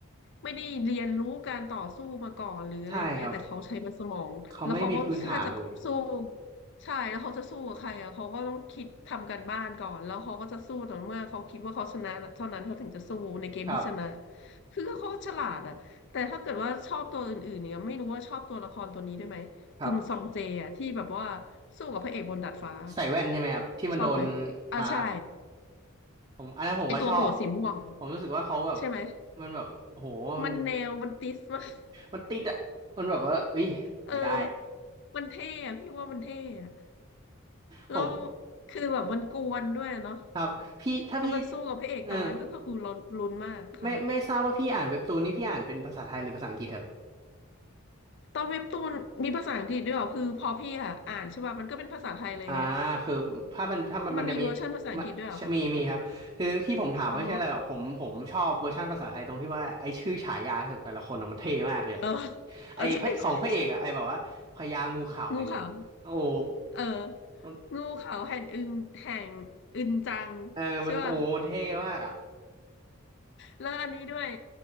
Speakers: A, on the left (about 55°); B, on the right (about 25°).
A: ไม่ได้เรียนรู้การต่อสู้มาก่อนหรืออะไรอย่างเงี้ยแต่เขาใช้มันสมองแล้วเขาก็ถ้าจะสู้
B: ใช่ครับเขาไม่มีพื้นฐานเลย
A: ใช่แล้วเขาจะสู้กับใครอ่ะเขาก็ต้องคิดทำการบ้านก่อนแล้วเขาก็จะสู้ต่อเมื่อเขาคิดว่าเขาชนะเท่านั้นเขาถึงจะสู้ในเกมที่ชนะ
B: ครับ
A: คือเขาฉลาดอะแต่ถ้าเกิดว่าชอบตัวอื่นๆเนี่ยไม่รู้ว่าชอบตัวละครตัวนี้ด้วยไหมกึมซองเจอะที่แบบว่า
B: ครับ
A: สู้กับพระเอกบนดาดฟ้า
B: ใส่แว่นใช่ไหมครับที่มันโดน
A: ชอบไหมอ่าใช่
B: อ่าผมอันนั้นผมก็ชอบ
A: ไอตัวหัวสีม่วง
B: ผมรู้สึกว่าเขาแบบ
A: ใช่ไหม
B: มันแบบโอ้โหมัน
A: มันแนวมันติสมาก <laughs>
B: มันติดอ่ะมันแบบว่าเอ้ยไม่ได้
A: เออมันเท่อะพี่ว่ามันเท่อะ
B: ผม
A: แล้วคือแบบมันกวนด้วยอะเนาะ
B: ครับพี่ถ้าพี่
A: แล้วมันสู้กับพระเอกตอนนั้นก็ก็คือลุ้นลุ้นมากค่ะ
B: เออไม่ไม่ทราบว่าพี่อ่านเว็บตูนนี่พี่อ่านเป็นภาษาไทยหรือภาษาอังกฤษครับ
A: ตอนเว็บตูนมีภาษาอังกฤษด้วยเหรอคือพอพี่อะอ่านใช่ป่ะมันก็เป็นภาษาไทยเลยไง
B: อ่าคือถ้ามันถ้ามันมันจะมี
A: มันมีเวอร์ชันภาษาอังกฤษด้วยเหรอคะ
B: มันมีมีครับคือที่ผมถามไม่ใช่อะไรหรอกผมผมชอบเวอร์ชันภาษาไทยตรงที่ว่าไอชื่อฉายาแต่ละคนอะมันเท่มากเลยอะ
A: อ๋อเออ <laughs>
B: ไอพระของพระเอกอะไอแบบว่าพญางูขาวแห่ง
A: เออ ใช่ใช่ใช่งูขาว
B: โอ้โห
A: เออ
B: มัน
A: งูขาวแห่งอึงแห่งอึนจัง
B: เออมันโอ้มันเท่มากอะ
A: ใช่ป่ะแล้วอันนี้ด้วย